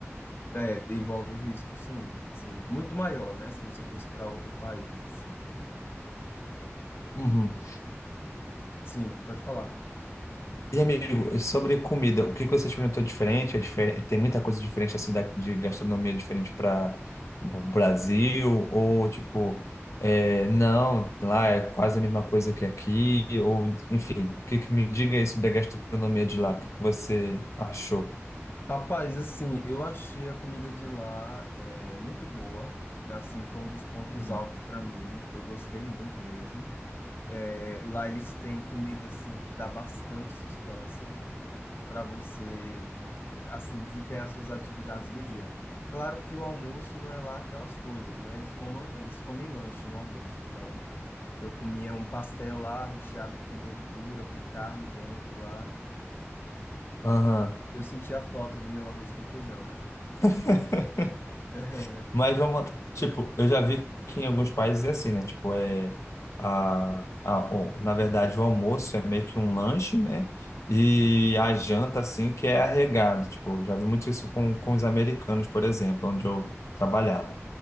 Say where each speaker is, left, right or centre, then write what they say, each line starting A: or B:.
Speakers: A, on the left (about 50°); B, on the left (about 80°).
A: É, envolve o risco, sim, sim. Muito maior, né? Se você fosse para outro país, assim.
B: Uhum.
A: Sim, pode falar.
B: E amigo, e sobre comida, o que que você experimentou diferente? É diferente? Tem muita coisa diferente assim da, de gastronomia diferente para o Brasil ou tipo, é, não, lá é quase a mesma coisa que aqui ou enfim, o que que me diga aí sobre a gastronomia de lá? O que que você achou?
A: Rapaz, assim, eu achei a comida de lá é, muito boa. Assim, foi um dos pontos
B: Hum.
A: altos para mim. Eu gostei muito mesmo. É, lá eles têm comida assim que dá bastante sustância <laughs> para você assim desempenhar suas atividades do dia. Claro que o almoço não é lá aquelas coisas, né? Eles comam, eles comem lanche no almoço. Então, eu comia um pastel lá recheado com verdura, com carne dentro lá.
B: Aham.
A: Eu sentia a falta do meu arroz com feijão.
B: <laughs>
A: <laughs>
B: Mas vamos, tipo, eu já vi que em alguns países é assim, né? Tipo, é a, a, o- na verdade, o almoço é meio que um lanche, né? E a janta, assim, que é arregado. Tipo, já vi muito isso com, com os americanos, por exemplo, onde eu trabalhava.